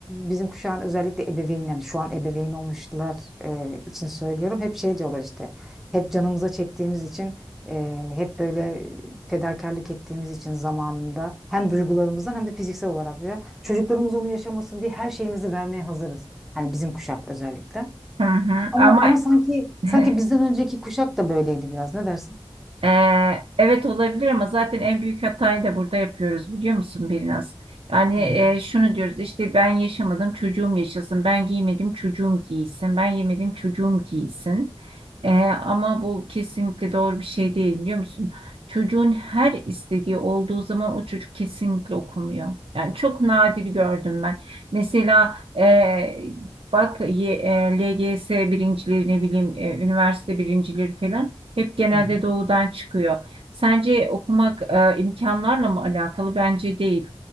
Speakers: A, in the centre; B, on the right.
A: bizim kuşağın özellikle ebeveyn yani şu an ebeveyn olmuşlar e, için söylüyorum. Hep şey diyorlar işte hep canımıza çektiğimiz için e, hep böyle fedakarlık ettiğimiz için zamanında hem duygularımızdan hem de fiziksel olarak diyor. Çocuklarımız onu yaşamasın diye her şeyimizi vermeye hazırız. Hani bizim kuşak özellikle.
B: Hı hı.
A: Ama
B: Ama
A: ama sanki
B: <laughs>
A: sanki bizden önceki kuşak da böyleydi biraz. Ne dersin?
B: Ee, evet olabilir ama zaten en büyük hatayı da burada yapıyoruz biliyor musun biraz? Yani
A: Hı
B: e,
A: hı.
B: şunu diyoruz işte ben yaşamadım çocuğum yaşasın, ben giymedim çocuğum giysin, ben yemedim çocuğum giysin. Ee, ama bu kesinlikle doğru bir şey değil biliyor musun? Çocuğun her istediği olduğu zaman o çocuk kesinlikle okumuyor. Yani çok nadir gördüm ben. Mesela e, bak y- e, LGS birincileri ne bileyim e, üniversite birincileri falan. Hep genelde
A: Hı hı.
B: doğudan çıkıyor. Sence okumak e, imkanlarla mı alakalı? Bence değil.